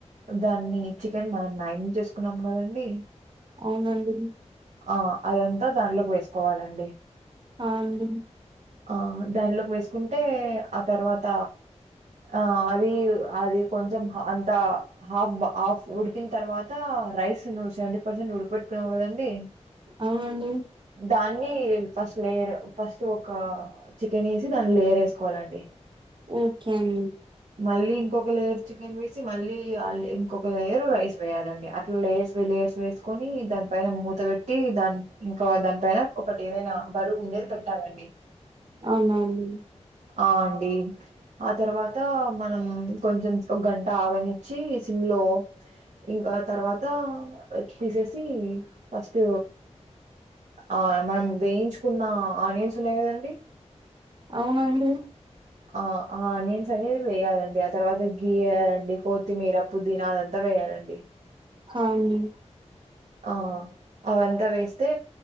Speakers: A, on the right; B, on the right.
A: దాన్ని చికెన్ మనం మ్యాగనీ చేసుకున్నాం కదండి
B: అవునండి
A: ఆ అదంతా దాంట్లోకి వేసుకోవాలండి
B: ఆ అండి
A: ఆ దానిలోకి వేసుకుంటే ఆ తర్వాత ఆ అది అది కొంచెం అంత హాఫ్ హాఫ్ ఉడికిన తర్వాత అంత రైస్ నువ్ సెవెంటీ పర్సెంట్ ఉడక్ పెట్టున్నావు కదండి
B: అవును
A: దాన్ని ఫస్ట్ లేయర్ ఫస్ట్ ఒక చికెన్ వేసి దాన్ని లేయర్ వేసుకోవాలండి
B: ఓకే అండి
A: మళ్ళీ ఇంకొక లేయరు చికెన్ వేసి మళ్ళీ ఇంకొక లేయరు రైస్ వేయాలండి అట్లా లేర్స్ తర్స్ వేసుకొని దాని ఫైన మూత పెట్టి దాన్ ఇంకా దాని పైన ఒకటి ఏదైనా బరువు ఉ ఏది పెట్టాలండి
B: అవునా అండి
A: ఆ అండి ఆ తర్వాత మనం కొంచెం ఒక గంట ఆగనిచ్చి సిమ్లో లో ఇంక తర్వాత తీసేసి ఫస్ట్ ఆ మనం వేయించుకున్న ఆనియన్స్ ఉన్నాయి కదండి
B: అవునండి
A: ఆ ఆనియన్స్ అనేది వేయాలండి ఆ తర్వాత గీయాలండి కొత్తిమీర పుదీనా అదంతా వేయాలండి
B: హండి
A: ఆ అవంతా వేస్తే